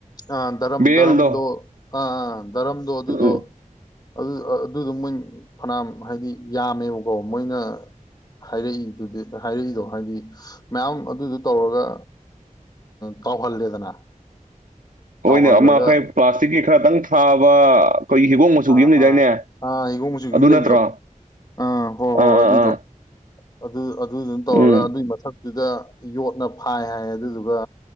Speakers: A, on the left; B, on the right.
A: ꯑꯥ ꯗꯔꯝ
B: ꯕꯦꯔꯦꯜꯗꯣ
A: ꯗꯔꯝꯗꯣ ꯑꯥ ꯗꯔꯝꯗꯣ ꯑꯗꯨꯗꯣ
B: ꯎꯝ
A: ꯑꯗꯨ ꯑꯗꯨꯗꯣ ꯃꯣꯏ ꯐꯅꯌꯥꯝ ꯍꯥꯏꯗꯤ ꯌꯥꯝꯃꯦꯕꯀꯣ ꯃꯣꯏꯅ ꯍꯥꯏꯔꯛꯏꯗꯨꯗꯤ ꯍꯥꯏꯔꯛꯏꯗꯣ ꯍꯥꯏꯗꯤ ꯃꯌꯥꯝ ꯑꯗꯨꯗꯨ ꯇꯧꯔꯒ ꯇꯥꯎꯍꯜꯂꯦꯗꯅ
B: ꯍꯣꯏꯅꯦ
A: ꯇꯥꯎꯍꯜꯂꯒ
B: ꯑꯃꯈꯩ ꯄ꯭ꯂꯥꯁꯇꯤꯛꯀꯤ ꯈꯔꯇꯪ ꯊꯥꯕ ꯑꯩꯈꯣꯏꯒꯤ ꯍꯤꯒꯣꯛ ꯃꯆꯨꯒꯤ
A: ꯑꯥ
B: ꯑꯃ ꯂꯩꯗꯥꯏꯅꯦ
A: ꯑꯥ ꯑꯥ ꯍꯤꯒꯣꯛ ꯃꯁꯨ
B: ꯑꯗꯨ
A: ꯑꯝ ꯂꯩꯕꯗꯣ
B: ꯅꯠꯇ꯭ꯔꯣ
A: ꯑꯥ ꯍꯣꯏ ꯍꯣꯏ
B: ꯑꯥ
A: ꯍꯣꯏ
B: ꯑꯥ
A: ꯑꯗꯨꯗꯣ
B: ꯑꯥ
A: ꯑꯗꯨ ꯑꯗꯨꯗꯨꯅ ꯇꯧꯔꯒ
B: ꯎꯝ
A: ꯑꯗꯨꯒꯤ ꯃꯊꯛ ꯑꯗꯨꯗ ꯌꯣꯠꯅ ꯐꯥꯏ ꯍꯥꯏ ꯑꯗꯨꯗꯨꯒ